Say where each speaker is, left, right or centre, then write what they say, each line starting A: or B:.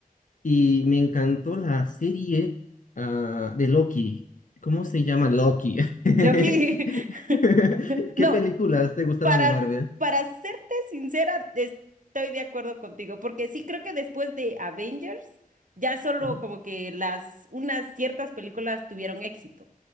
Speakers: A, on the left (about 60°); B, on the right (about 60°).
A: Y me encantó la serie ah, de Loki. ¿Cómo se llama Loki? <laughs>
B: Lo que <laughs>
A: ¿Qué
B: No,
A: películas te gustaron
B: para,
A: de Marvel?
B: para serte sincera, estoy de acuerdo contigo, porque sí creo que después de Avengers, ya solo
A: Ujú.
B: como que las, unas ciertas películas tuvieron éxito.